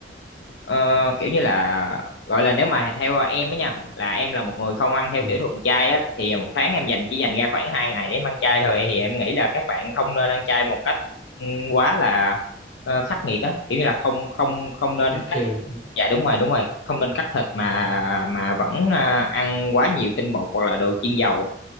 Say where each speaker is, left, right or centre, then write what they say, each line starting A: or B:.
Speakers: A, on the left; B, on the left.
A: Ờ, kiểu như là gọi là nếu mà theo em á nha là em là một người không ăn theo
B: ừ,
A: kiểu thuần chay á thì một tháng em dành chỉ dành ra khoảng hai ngày để em ăn chay thôi thì em nghĩ là các bạn không nên ăn chay một cách ừ, quá là ờ, khắc nghiệt á kiểu như là không không không nên
B: khắt
A: cắt
B: khe
A: dạ đúng rồi đúng rồi không nên cắt thịt mà mà vẫn à, ăn quá nhiều tinh bột hoặc là đồ chiên dầu